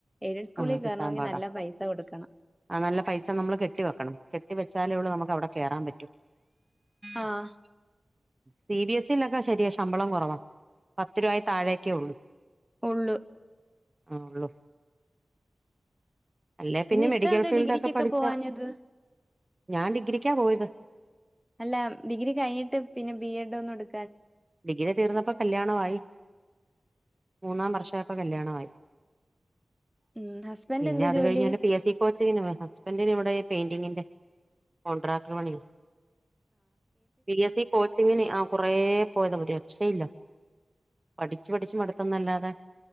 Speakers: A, in the centre; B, on the right.
A: എയ്ഡഡ് സ്കൂളിൽ
B: ആ
A: കേറണേങ്കി
B: കിട്ടാൻ പാടാ
A: നല്ല പൈസ കൊടുക്കണം
B: ആ നല്ല പൈസ നമ്മൾ കെട്ടി വെക്കണം കെട്ടി വെച്ചാലേ ഉള്ളൂ നമുക്ക് അവിടെ കേറാൻ പറ്റൂ
A: ആഹ്
B: സി ബി എസ് ഇയിലൊക്കെ ശരിയാ ശമ്പളം കുറവാ പത്ത് രൂപ താഴേക്കെ ഉള്ളൂ
A: ഉള്ളൂ
B: ആ ഉള്ളൂ അല്ലെ പിന്നെ
A: ഇത്ത
B: മെഡി
A: എന്താ
B: ഫീൽഡൊക്കെ
A: ഡിഗ്രിക്കൊക്കെ
B: പഠച്ചാ
A: പോവാഞ്ഞത്?
B: ഞാൻ ഡിഗ്രിക്ക പോയ ത് <inaudible>
A: അല്ല ഡിഗ്രി കഴിഞ്ഞിട്ട് പിന്നെ ബി എഡ് ഒന്നും എടു
B: ഡിഗ്രി തീർന്നപ്പോ കല്യാണവായി മൂന്നാം വർഷായപ്പ കല്യാണവായി
A: ഉം ഹസ്ബൻഡ്
B: പിന്നെ
A: എന്ത്
B: അത്
A: ജോലി?
B: കഴിഞ്ഞ് പിന്നെ പി എസ് സി കോച്ചിങ്ങിന് പോയ്‌ ഹസ്ബന്ഡിനിവിടെ പെയിന്റിങ്ങിന്റെ കോൺട്രാക്റ്റ് പണി പി എസ് സി കോച്ചിങ്ങിന് ആ കൊറേ <unintelligible> രക്ഷയില്ല പഠിച്ചു പഠിച്ച് മടുത്തന്നല്ലാതെ